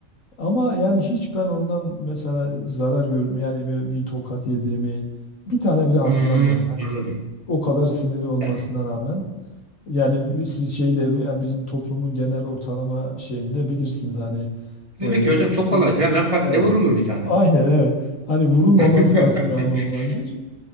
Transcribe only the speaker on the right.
Hmm,
anladım.
Yani,
tabii
ki hocam çok kolaydır. Hemen pat
diye vurulur bir tane.
<laughs>